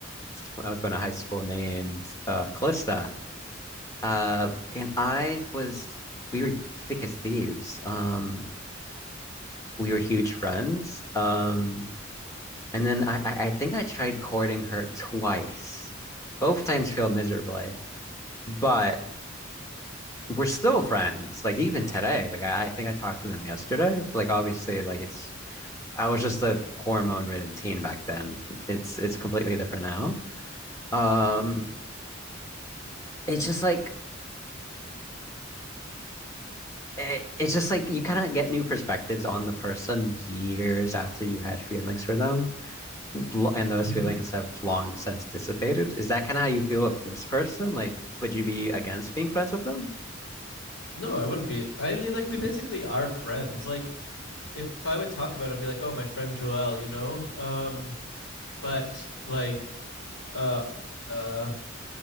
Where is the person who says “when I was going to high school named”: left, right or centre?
Left